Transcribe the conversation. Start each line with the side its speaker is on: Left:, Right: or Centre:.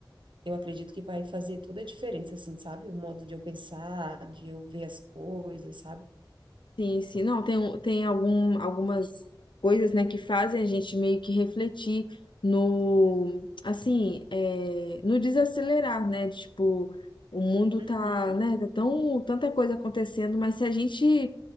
Right: Eu acredito que vai fazer toda a diferença, assim, sabe? O modo de eu pensar, de eu ver as coisas, sabe?
Left: Sim, sim. Não, tem, um- tem algum, algumas coisas, né, que fazem a gente meio que refletir no, assim, é, no desacelerar, né? Tipo, o mundo
Right: Uhum,
Left: tá, né, tá tão, tanta coisa acontecendo, mas se a gente